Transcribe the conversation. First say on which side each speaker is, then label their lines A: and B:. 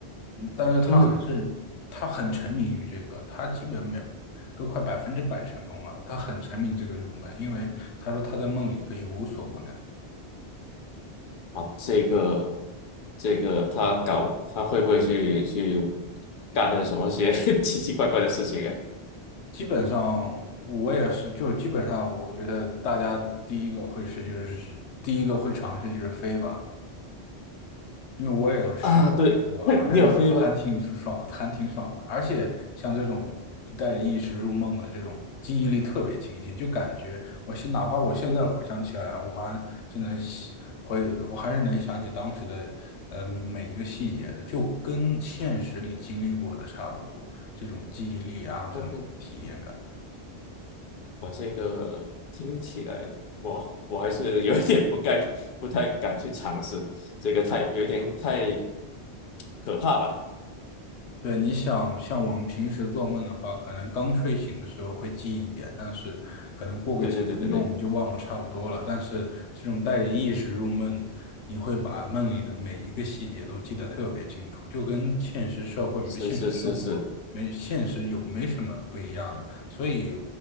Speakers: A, on the left (about 85°); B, on the left (about 60°).
A: 嗯但是他还是他很沉迷于这个，
B: 嗯，
A: 他基本每都快百分之百成功了，他很沉迷这个入门，因为他说他在梦里可以无所不能。
B: 好，这个这个他搞他会不会去去干点什么些 <laughs> 奇奇怪怪的事情啊？
A: 基本上我也是，就基本上我觉得大家第一个会是就是第一个会尝试就是飞吧，因为我也有试睡过，
B: 啊，对，<laughs>
A: 还是还挺舒爽，
B: 你有飞吗？
A: 还挺爽的。而且像这种就带着意识入梦的这种，记忆力特别清晰，就感觉我现哪怕我现在回想起来，
B: 嗯哼，
A: 我还真的会，回，我还是能想起当时的呃每一个细节的，就跟现实里经历过的差不多。这种记忆力啊，然后这种体验感。
B: 嗯哼，我这个听起来，我我还是有一点不该不太敢去尝试，这个太有一点太可怕吧？
A: 对，你想像我们平时做梦的话，可能刚睡醒的时候会记忆一点，但是可能过个几分钟我们就忘得差不多了。
B: 对对对对对，
A: 但是这种带着意识入梦，你会把梦里的每一个细节都记得特别清楚，就跟现实社会、
B: 是是是是，
A: 现实生活没现实有没什么不一样的。所以